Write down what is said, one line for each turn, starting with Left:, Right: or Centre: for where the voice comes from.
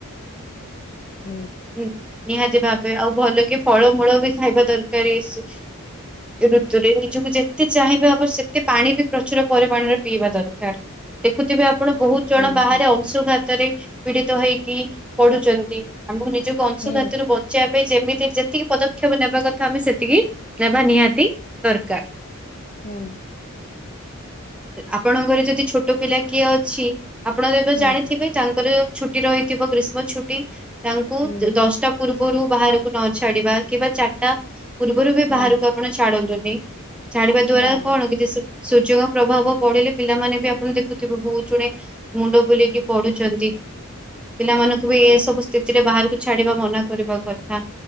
Left: ହୁଁ ହୁଁ
Centre: ଉଁ, ନିହାତି ଭାବେ ଆଉ ଭଲ କି ଫଳମୂଳ ବି ଖାଇବା ଦରକାର ଏସୁ-ଋତୁରେ ନିଜକୁ ଯେତେ ଚେ ଚାହିଁବେ ଆବଶ୍ଯକ ପାଣି ବି ପ୍ରଚୁର ପରିମାଣରେ ପିଇବା ଦରକାର ଦେଖୁଥିବେ ଆ ଆପଣ ବହୁତ ଜଣ
Left: ହୁଁ ହୁଁ ହୁଁ
Centre: ବାହାରେ
Left: ହୁଁ
Centre: ଅଂଶୁଘାତ ତରେ ପୀଡିତ ହେଇକି ପଡୁଚନ୍ତି। ଆମକୁ ନିଜକୁ ଅଂଶୁଘାତରୁ
Left: ନା
Centre: ବଞ୍ଚେଇବା ପାଇଁ ଯେମିତି ଯେତିକି ପଦକ୍ଷେପ ନେବା କଥା ଆମେ ସେତିକି ନବା ନିହାତି ଦରକାର।
Left: ହଁ।
Centre: ଆପଣଙ୍କର ଯ ଦି ଛୋଟ ପିଲା କିଏ ଅଛି ଆପଣ ଏବେ
Left: ନା
Centre: ଜାଣିଥିବେ ତାଙ୍କର ଛୁଟି ରହିଥିବ ଖ୍ରୀଷ୍ମ ଛୁଟି। ତାଙ୍କୁ
Left: ହୁଁ
Centre: ଦଶଟା ପୂର୍ବ ପୂର୍ବରୁ ବାହାରକୁ ନଛାଡିବା କିମ୍ବା ଚାରିଟା ପୂର୍ବରୁ ବି
Left: ହୁଁ ହୁଁ
Centre: ବାହାରକୁ ଆପଣ ଛାଡନ୍ତୁନି। ସେ ଛାଡିବା ଦ୍ଵାରା
Left: ଆଜ୍ଞା ମ୍ୟାଡାମ
Centre: କଣ କିଛି ସୁ ସୁୂଯୋଗ ପ୍ରଭାବ ପଡିଲେ ପିଲାମାନେ ବି ଆପଣ ଦେଖୁଥିବେ ବହୁତ ଜୁଣେ ମୁଣ୍ଡ ବୁଲିକି ପଢୁଛନ୍ତି। ପିଲାମାନଙ୍କୁ ବି ଏ ସବୁ ସେଥିରେ ବାହାରକୁ ଛା ମନା କରିବା କଥା